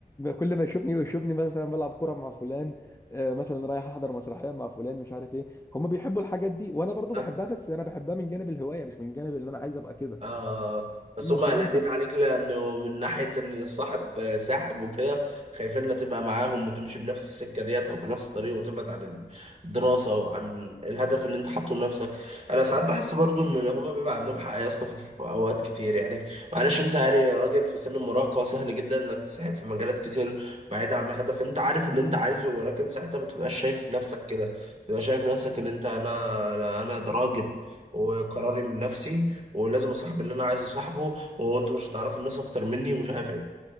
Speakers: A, on the left; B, on the right.
A: كل ما يشوفني ويشوفني مثلا بلعب كرة مع فلان آه مثلا رايح احضر مسرحية مع فلان مش عارف ايه هم بيحبوا الحاجات دي وانا برضو
B: اه.
A: بحبها بس انا بحبها من جانب الهواية مش من جانب اللي انا عايز ابقى كده
B: آه بس
A: هم
B: هم
A: بصراحة
B: قلقانين
A: كان
B: عليك لانه من ناحيه ان الصاحب ساحب وكده خايفين لا تبقى معاهم وتمشي بنفس السكه ديت او بنفس الطريق وتبعد عن الدراسه وعن الهدف اللي انت حاطه لنفسك انا ساعات بحس برضو ان هم بيبقى عندهم حق يا اسطى في في اوقات كتير يعني معلش انت يعني راجل في سن المراهقه سهل جدا انك تسحب في مجالات كتير بعيده عن هدف انت عارف اللي انت عايزه ولكن ساعتها ما تبقاش شايف نفسك كده تبقى شايف نفسك ان انت انا انا أنا ده راجل وقراري من نفسي ولازم اصاحب اللي انا عايز اصاحبه وانتوا مش هتعرفوا الناس اكتر مني ومش عارف ايه